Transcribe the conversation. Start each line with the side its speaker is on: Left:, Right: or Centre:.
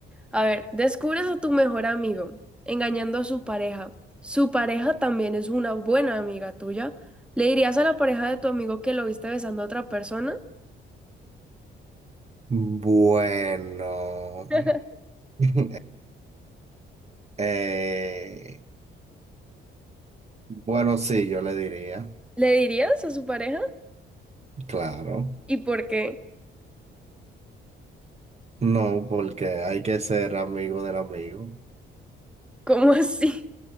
Centre: A ver, descubres a tu mejor amigo engañando a su pareja. Su pareja también es una buena amiga tuya. ¿Le dirías a la pareja de tu amigo que lo viste besando a otra persona?
Right: Bueno.
Centre: <laughs>
Right: <laughs> eh, bueno, sí, yo le diría,
Centre: ¿Le dirías a su pareja?
Right: claro.
Centre: ¿Y por qué?
Right: No, porque hay que ser amigo del amigo,
Centre: ¿Cómo así?